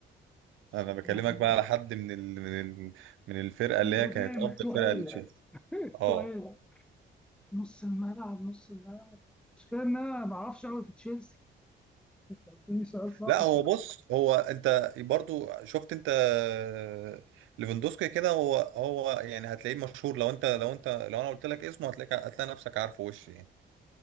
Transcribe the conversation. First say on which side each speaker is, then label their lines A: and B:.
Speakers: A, in the centre; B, on the right.
A: نص
B: انا
A: الملعب
B: بكلمك بقى
A: <laughs>
B: على حد من ال... من ال... من الفرقه
A: من
B: اللي هي
A: قدام
B: كانت افضل
A: التقال
B: فرقه لتشيلسي
A: التقال
B: اه
A: نص الملعب نص الملعب المشكلة إن أنا ما بعرفش أوي في تشيلسي سألتني سؤال صعب
B: لا هو بص هو انت برضو شفت انت آه، ليفاندوسكي كده هو هو يعني هتلاقيه مشهور لو انت لو انت لو انا قلت لك اسمه هتلاقيك هتلاقي نفسك عارفه وش يعني